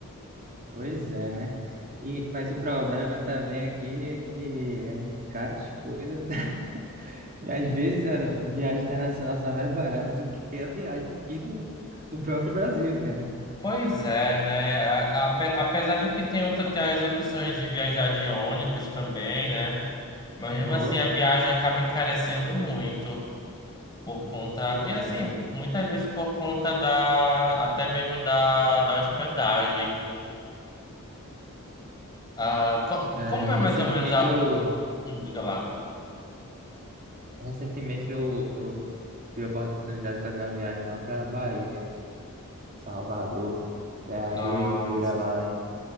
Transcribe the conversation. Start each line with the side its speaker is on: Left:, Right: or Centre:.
Right: Pois é, né? E, mas o problema também aqui é que é muito caro as coisas. <laughs> E às vezes a viagem internacional sai mais barata do que a viagem aqui no, no próprio Brasil, cara.
Left: Pois é, né? A- a- ape- apesar de que tem outra, tem as opções de viajar de ônibus também, né? Mas mesmo
Right: Oh,
Left: assim a viagem acaba encarecendo muito por conta,
Right: pois
Left: e assim,
Right: é.
Left: muitas vezes por conta da, até mesmo da, da hospedagem. Ah, co-
Right: É,
Left: como
Right: recentemente
Left: é mais ou menos a.
Right: eu,
Left: hum, Diga lá.
Right: recentemente eu, eu tive a oportunidade de fazer uma viagem lá pra Bahia, Salvador. Terra
Left: Nossa.
Right: doideira lá,